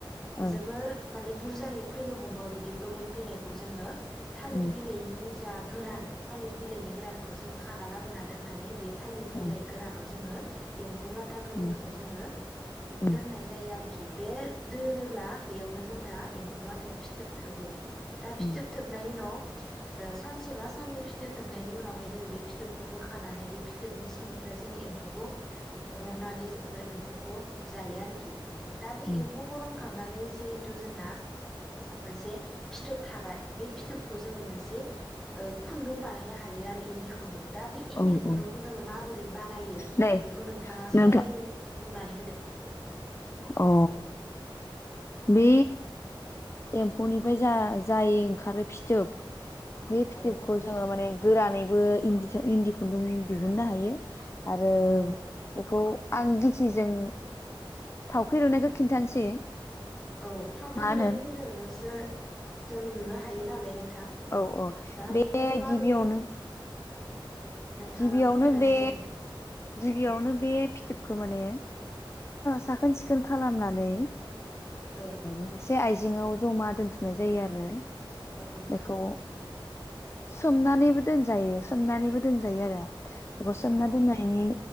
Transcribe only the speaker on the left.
औ
उम
उम
उम
उम
उम
उम
औ
औ
नै
नोंथां
अ बे एम्फौनिफ्राय जा जाय ओंखारो फिथोब बे फिथोबखौ
जोङो माने गोरानैबो इन्दि इन्दि खुन्दुं दिहुननो हायो। आरो
बेखौ आं खासिजों थावख्रि रुनायखौ खिन्थानोसै
मा
होनो
औ औ
बे
गिबियावनो
गिबियावनो
बे
गिबियावनो बे फिथोबखौ माने साखोन सिखोन खालामनानै
मोनसे आइजो जेङाव जमा दोनथुमनाय जायो आरो।
बेखौ सोमनानैबो दोनजायो सोमनानैबो दोनजायो आरो। बेखौ सोमना
दोननायनि